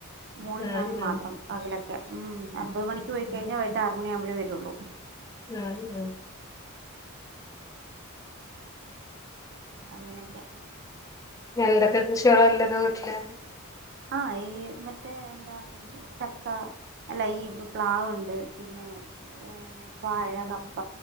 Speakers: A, on the right (about 50°); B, on the left (about 15°).
A: മോള്
B: ഉം
A: ഞാനും മാത്രം
B: ഉം
A: പകലൊക്കെ. ഉം അൻപത് മണിക്ക് പോയി കഴിഞ്ഞാ വൈിട്ട് ആറ് മണിയാകുബോഴേ വരള്ളൂ.
B: ഉം ഉം
A: അങ്ങനെയൊക്കെ.
B: എന്തക്കെ കൃഷികളാല്ലത് വീട്ടില്?
A: ആ ഈ മറ്റേ എന്താ ചക്ക അല്ല ഈ പ്ലാവുണ്ട് പിന്നെ എ ഏ വാഴ, കപ്പ